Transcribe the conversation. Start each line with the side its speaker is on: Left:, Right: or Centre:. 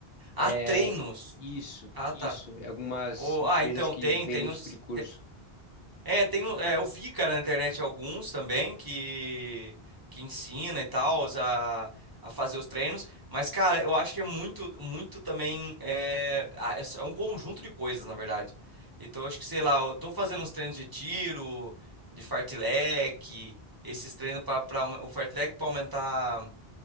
Left: É
Right: Ah, treinos.
Left: isso,
Right: Ah,
Left: isso.
Right: tá.
Left: É Algumas
Right: Oh,
Left: empresas
Right: ah, então
Left: que
Right: tem,
Left: vendem
Right: tem
Left: tipo
Right: os
Left: de curso.
Right: É, tem, um- é, eu vi, cara, na internet alguns também que, que ensina e tal a, a fazer os treinos, mas, cara, eu acho que é muito, muito também, é, ah, é só- é um conjunto de coisas, na verdade. Então, eu acho que, sei lá, eu tô fazendo os treinos de tiro, de fartlek, esses treinos para o fartlek para aumentar